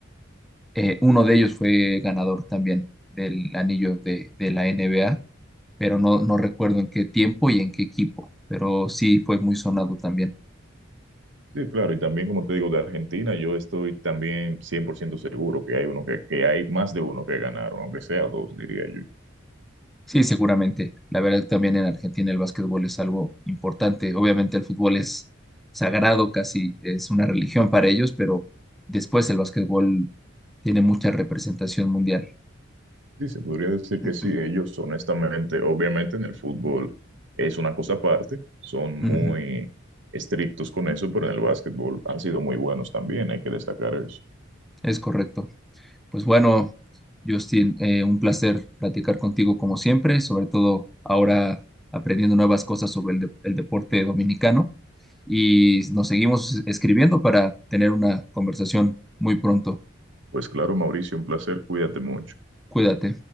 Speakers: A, in the centre; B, on the right.
A: eh, uno de ellos fue ganador también del anillo de, de la NBA, pero no, no recuerdo en qué tiempo y en qué equipo, pero sí fue muy sonado también.
B: Sí, claro, y también como te digo, de Argentina, yo estoy también 100% seguro que hay uno que, que hay más de uno que ganaron, aunque sea dos, diría yo.
A: Sí, seguramente. La verdad que también en Argentina el básquetbol es algo importante. Obviamente el fútbol es sagrado, casi es una religión para ellos, pero después el básquetbol tiene mucha representación mundial.
B: Sí, se podría decir que
A: <clears throat>
B: sí, ellos honestamente, obviamente en el fútbol es una cosa aparte, son muy
A: Ujú,
B: estrictos con eso, pero en el básquetbol han sido muy buenos también, hay que destacar eso.
A: Es correcto. Pues bueno, Justin, eh, un placer platicar contigo como siempre, sobre todo ahora aprendiendo nuevas cosas sobre el, de- el deporte dominicano y nos seguimos escribiendo para tener una conversación muy pronto.
B: Pues claro, Mauricio, un placer, cuídate mucho.
A: Cuídate.